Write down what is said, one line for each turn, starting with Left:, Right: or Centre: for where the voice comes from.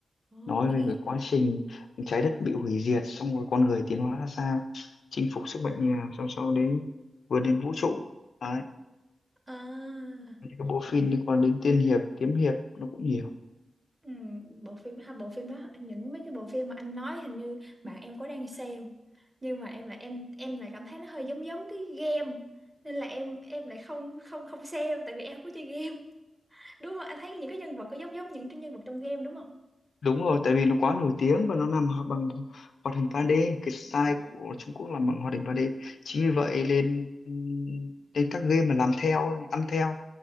Right: Ồ,
Left: nói
Right: như
Left: về
Right: cái
Left: cái quá trình trái đất bị hủy diệt xong rồi con người tiến hóa ra sao chinh phục sức mạnh nhà xong sau đến vươn đến vũ trụ đấy
Right: à
Left: những cái bộ phim liên quan đến tiên hiệp kiếm hiệp nó cũng nhiều
Right: Ừ, bộ phim ha bộ phim đó những mấy cái bộ phim mà anh nói hình như bạn em có đang xem nhưng mà em lại em em lại cảm thấy nó hơi giống giống cái game nên là em em lại không không không xem tại vì em không có chơi game <laughs> đúng không anh thấy những cái nhân vật có giống giống những nhân vật trong game đúng không
Left: đúng rồi tại vì nó quá nổi tiếng và nó làm ho- bằng hoạt hình ba d cái style
Right: À,
Left: của Trung Quốc làm bằng hoạt hình ba d chính vì vậy lên lên các game mà làm theo ăn theo